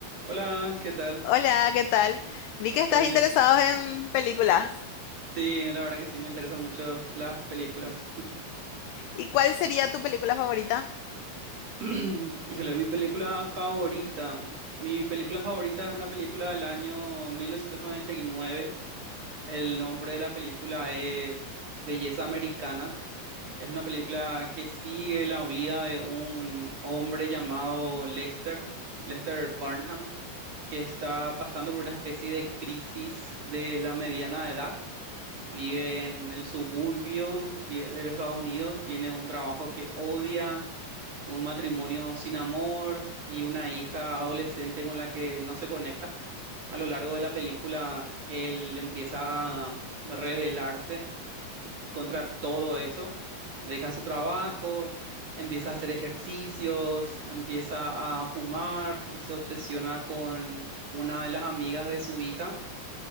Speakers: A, on the right; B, on the left.
A: Hola, ¿qué tal?
B: Hola, ¿qué tal? Vi que estás
A: ¿Todo bien?
B: interesado en películas.
A: Sí, la verdad que sí, me interesan mucho las películas.
B: ¿Y cuál sería tu película favorita?
A: <clears throat> Híjole, mi película favorita. Mi película favorita es una película del año 1999. El nombre de la película es Belleza Americana. Es una película que sigue la vida de un hombre llamado Lester, Lester Barnham, que está pasando por una especie de crisis de la mediana edad vive en el suburbio tie- de los Estados Unidos, tiene un trabajo que odia, un matrimonio sin amor y una hija adolescente con la que no se conecta. A lo largo de la película, él empieza a rebelarse contra todo eso, deja su trabajo, empieza a hacer ejercicios, empieza a fumar y se obsesiona con una de las amigas de su hija